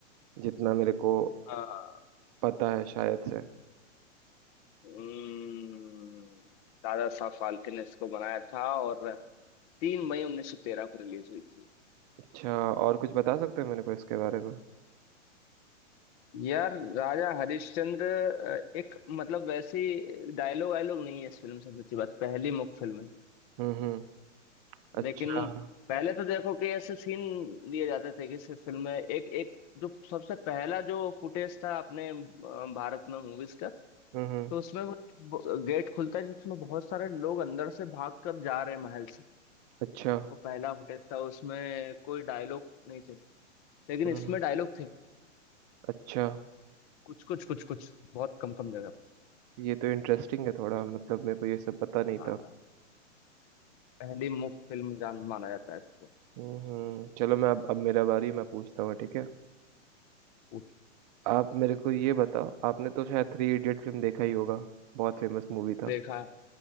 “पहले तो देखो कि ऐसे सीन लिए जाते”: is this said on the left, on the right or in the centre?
Left